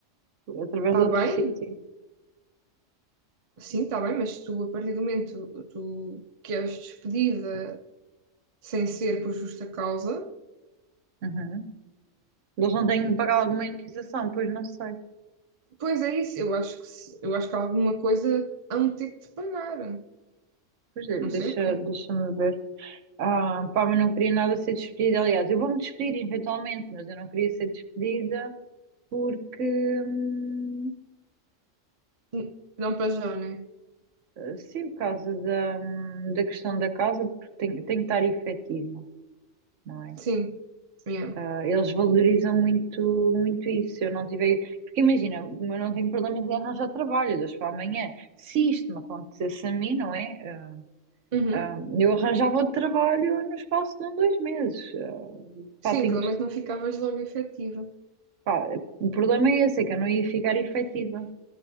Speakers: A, on the right; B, on the right.
A: através
B: está
A: de outro
B: bem,
A: sítio.
B: sim, está bem, mas tu, a partir do momento tu, que és despedida sem ser por justa causa,
A: Uhum. Eles não têm que pagar alguma indenização, pois não sei.
B: pois é isso. Eu acho que, se- eu acho que alguma coisa hão de ter que te pagar.
A: Pois de-
B: Não
A: deixa,
B: sei o quê.
A: deixa-me ver. Ah, pá, mas não queria nada ser despedida. Aliás, eu vou-me despedir eventualmente, mas eu não queria ser despedida porque, hum,
B: N- Não para já, né?
A: sim, por causa da, hum, da questão da casa, porque tenho, tenho que estar efetiva, não é?
B: Sim. Yeah.
A: Ah, eles valorizam muito, muito isso. Se eu não tiver. Porque imagina, eu não tenho problemas em arranjar trabalho de hoje para amanhã. Se isto me acontecesse a mim, não é? Ah,
B: Uhum.
A: ah, eu arranjava outro trabalho no espaço de um, dois meses. Ah,
B: Sim,
A: pá, tenho...
B: pelo menos não ficavas logo efetiva. <coughs>
A: pá, o problema é esse, é que eu não ia ficar efetiva.